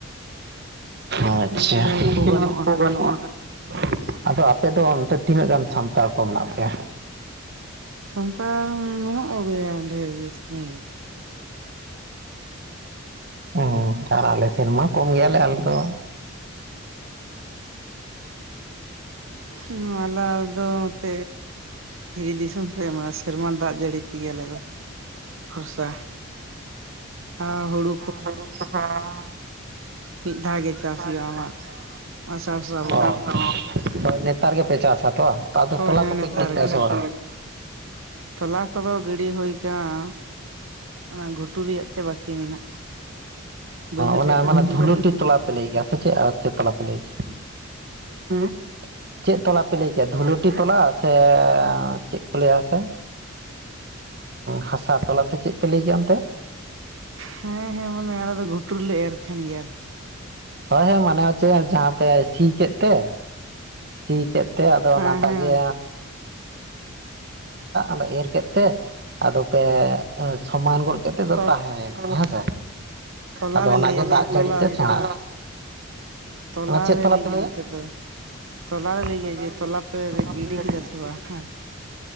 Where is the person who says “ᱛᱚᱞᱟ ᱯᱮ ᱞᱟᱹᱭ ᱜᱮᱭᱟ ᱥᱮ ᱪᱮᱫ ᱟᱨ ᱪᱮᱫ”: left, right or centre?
Right